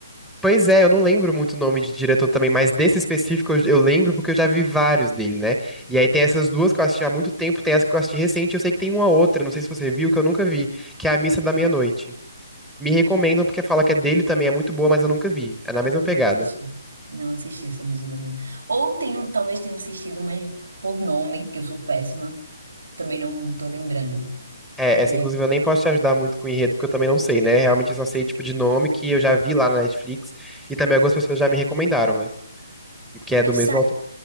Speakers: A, in the centre; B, on the right (about 85°).
A: Pois é, eu não lembro muito o nome de diretor também, mas desse específico eu, eu lembro porque eu já vi vários dele, né? E aí tem essas duas que eu assisti há muito tempo, tem essa que eu assisti recente, eu sei que tem uma outra, não sei se você viu, que eu nunca vi, que é A Missa da Meia-Noite. Me recomendam porque fala que é dele também, é muito boa, mas eu nunca vi. É na
B: Não
A: mesma pegada.
B: assisti. Não assisti essa mesa da minha. Ou tenho, talvez tenha assistido, mas por nome, que eu sou péssima, também não tô lembrando.
A: É,
B: É,
A: essa inclusive eu nem posso te ajudar muito com o enredo, porque eu também não sei, né? Realmente eu só sei tipo de nome que eu já vi lá na Netflix e também algumas pessoas já me recomendaram, né? Porque é
B: eu
A: do
B: sa
A: mesmo autor.